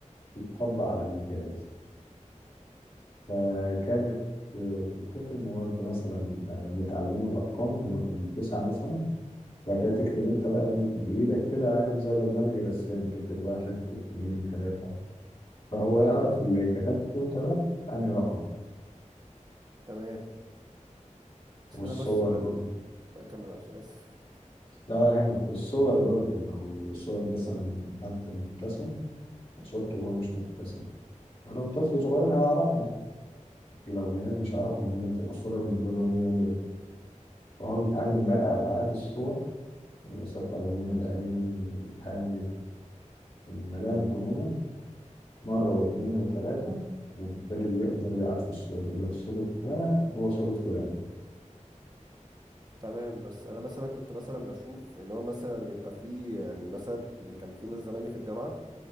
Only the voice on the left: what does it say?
يتطبق على الجهاز فكانت آه، فكرتي إن هو أنت مثلا آه، بتعلمه الأرقام من واحد لتسعة مثلا بعد كده تكتب أنت بقى بإيدك كده عارف زي برنامج الرسام تكتب واحد اتنين تلاتة فهو يعرف اللي كتبته أنت ده أنهي رقم
والصور
برضه
لا ولا يهمك والصور برضه لو صور مثلا حد مبتسم صورته وهو مش مبتسم ولو طفل صغير هيعرفهم لو جهاز مش هيعرفهم لازم تبقى الصورة بالنسبة له هي هي فهو بيتعلم بقى أبعاد الصور المسافة ما بين العين والحاجب الملامح عموما مرة واتنين وتلاتة وبالتالي بيقدر يعرف الصورة يقول لك الصورة ده هو صورة فلان